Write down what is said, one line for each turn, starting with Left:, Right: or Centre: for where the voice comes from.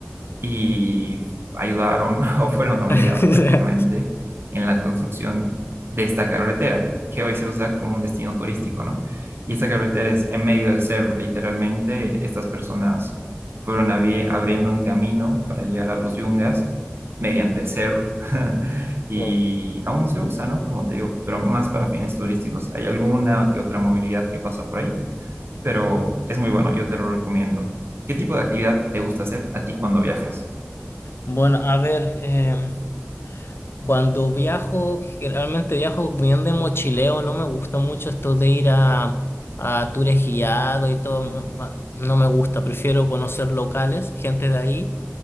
Right: y ayudaron <laughs> o fueron obligados
Left: <laughs>
Right: prácticamente en la construcción de esta carretera, que hoy se usa como un destino turístico, ¿no? Y esta carretera es en medio del cerro, literalmente estas personas fueron abri- abriendo un camino para llegar a los yungas mediante el cerro. <laughs> Y
Left: Wow.
Right: aún se usa, ¿no? Como te digo, pero más para fines turísticos. Hay alguna que otra movilidad que pasa por ahí, pero es muy bueno, yo te lo recomiendo. ¿Qué tipo de actividad te gusta hacer a ti cuando viajas?
Left: Bueno, a ver. em, Cuando viajo, generalmente viajo bien de mochileo, no me gusta mucho esto de ir a, a tours guiados y todo, no no me gusta, prefiero conocer locales, gente de ahí,